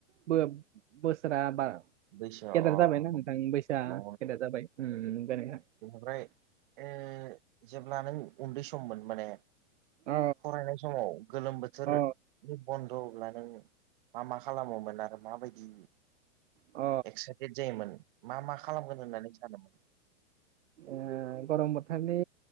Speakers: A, on the right (about 75°); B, on the right (about 45°).
A: बो-बोसोरा बा
B: बैसो
A: गेदार
B: अ
A: जाबायना
B: अ
A: नोंथां बैसा गेदार जाबाय ओम जाबायना
B: बेनिफ्राय ओ जेब्ला नों उन्दै सममोन माने
A: अ
B: फरायनाय समाव गोलोम बोथोरनि
A: अ
B: बन्द'ब्ला नों मा मा खालामोमोन आरो माबायदि
A: अ
B: एक्साइटेड जायोमोन मा मा खालामगोन होननानै सानोमोन
A: ए गरम बोथोरनि